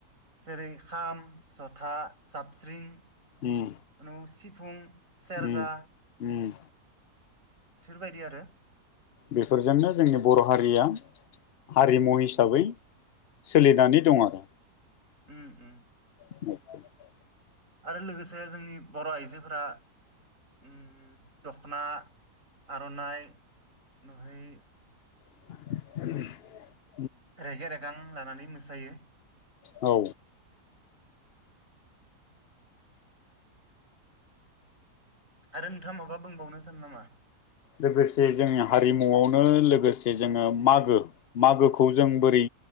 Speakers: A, on the right (about 50°); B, on the left (about 80°).
A: जेरै खाम जथा जाबस्रिं
B: उम
A: नु सिफुं सेरजा
B: उम- उम
A: बिफोरबायदि आरो।
B: बेफोरजोंनो जोंनि बर' हारिया हारिमु
A: उम
B: हिसाबै सोलिनानै दं आरो।
A: उम- उम
B: <unintelligible>
A: आरो लोगोसे जोंनि बर' आइजोफोरा उम दखना, आर'नाइ नुहै
B: <unintelligible>
A: रेगे रेगां लानानै मोसायो।
B: औ
A: आरो नोंथाङा माबा बुंबावनो सानो नामा।
B: लोगोसे जोंनि हारिमुआवनो लोगोसे जोङो मागो मागोखौ जों बोरै